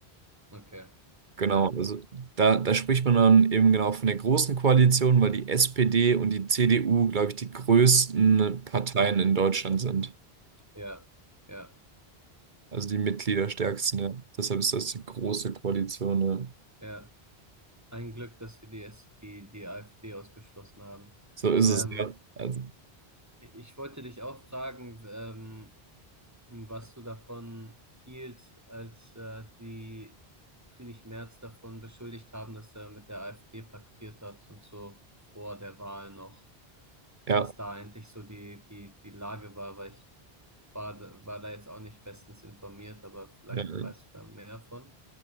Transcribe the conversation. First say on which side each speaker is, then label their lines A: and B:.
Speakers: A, on the right; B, on the right.
A: Okay,
B: Genau,
A: ja,
B: also da, da spricht man dann eben genau von der großen Koalition, weil die SPD und die CDU, glaube ich, die größten Parteien in Deutschland sind.
A: ja, ja,
B: Also die Mitgliederstärksten, ja. Deshalb ist das die große Koalition, ja.
A: ja. Ein Glück, dass sie die, S- die, die AfD ausgeschlossen haben.
B: So ist
A: Ähm,
B: es, ja. Also,
A: Ich wollte dich auch fragen, ähm, was du davon hieltst, als äh, die Friedrich Merz davon beschuldigt haben, dass er mit der AfD paktiert hat und so vor der Wahl noch,
B: ja.
A: was da eigentlich so die, die, die Lage war, weil ich war, da- war da jetzt auch nicht bestens informiert, aber vielleicht
B: ja.
A: weißt du da mehr davon.